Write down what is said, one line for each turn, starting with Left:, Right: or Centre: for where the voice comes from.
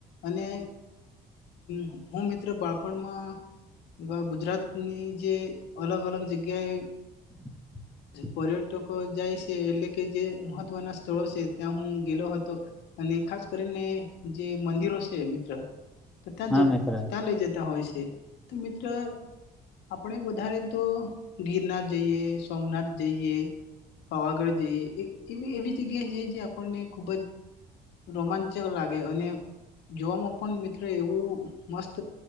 Left: અને હ હું મિત્ર બાળપણમાં એવા ગુજરાતની જે અલગ અલગ જગ્યાએ
Centre: <unintelligible>
Left: પર્યટકો જાય છે એટલે કે જે મહત્વના સ્થળો છે ત્યાં હું ગેલો હતો. અને ખાસ કરીને જે મંદિરો છે મિત્ર તો ત્યાં
Centre: હા
Left: જ
Centre: મિત્ર
Left: ત્યાં લઈ જતા હોય છે. તો મિત્ર આપણે વધારે તો ગીરનાથ જઈએ સોમનાથ જઈએ. પાવાગઢ જઈએ એવી એવી જગ્યા છે જે આપણને ખુબ જ રોમાચક લાગે અને જોવામાં પણ મિત્ર એવું મસ્ત